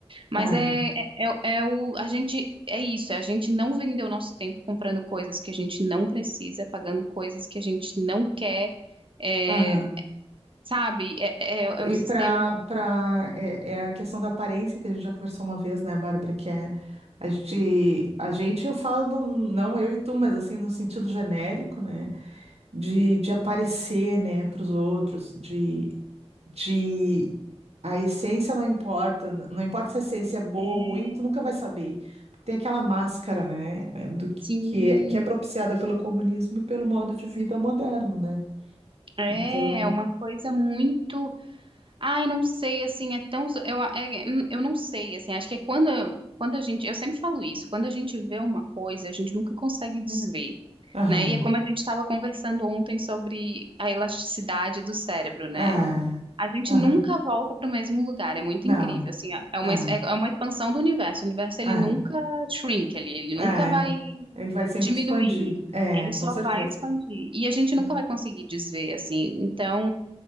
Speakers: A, on the right (about 50°); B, on the right (about 75°).
A: Mas
B: é.
A: é, é, é é o, a gente, é isso, é a gente não vender o nosso tempo comprando coisas que a gente não precisa, pagando coisas que a gente não quer, é,
B: Aham.
A: sabe? É, é, é
B: E
A: um sistema.
B: para para é, é a questão da aparência que a gente já conversou uma vez, né, Bárbara, que é a gente a gente eu falo do não eu e tu, mas assim no sentido genérico, né, de, de aparecer, né, para os outros, de de A essência não importa, n- não importa se a essência é boa
A: É,
B: ou ruim, tu nunca vai saber. Tem aquela máscara, né, é, do que,
A: sim.
B: que é, que é propiciada pelo comunismo e pelo modo de vida moderno, né?
A: É,
B: Então,
A: é uma coisa muito. Ai, não sei, assim, é tão. so, Eu, é- é, hum, eu não sei, assim, acho que é quando, quando a gente. Eu sempre falo isso, quando a gente vê uma coisa, a gente nunca consegue desver,
B: aham,
A: né? E é como a gente estava conversando ontem sobre a elasticidade do cérebro, né?
B: ah,
A: A gente
B: aham,
A: nunca volta para o mesmo lugar, é muito
B: não,
A: incrível, assim, é é uma,
B: ah,
A: es- é é uma expansão do universo. O universo, ele
B: ah,
A: nunca shrink, ele, ele nunca
B: ah,
A: vai
B: ele vai sempre
A: diminuir,
B: expandir, é,
A: ele
B: com
A: só
B: certeza.
A: vai expandir. E a gente
B: É.
A: nunca vai conseguir desver, assim. Então,